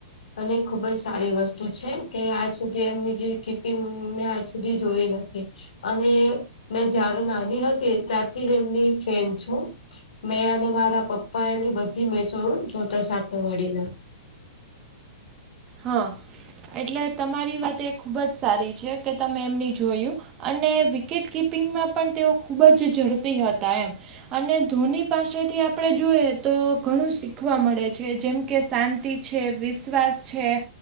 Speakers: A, on the left; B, on the right.
A: અને ખુબ જ સારી વસ્તુ છે કે આજ સુધી એમની જે કીપિંગને આજ સુધી જોઈ નથી અને મેં જારે નાની હતી ત્યારથી જ એમની ફેન છું મેં અને મારા પપ્પા એની બધી મેચો જોતા સાથે મળીને
B: હા એટલે તમારી વાત એ ખુબ જ સારી છે કે તમે એમની જોયું અને વિકેટ કિપિંગમાં પણ તેઓ ખૂબ જ ઝડપી હતા એમ અને ધોની પાસેથી આપણે જોઈએ તો ઘણું શીખવા મળે છે જેમ કે શાંતિ છે. વિશ્વાસ છે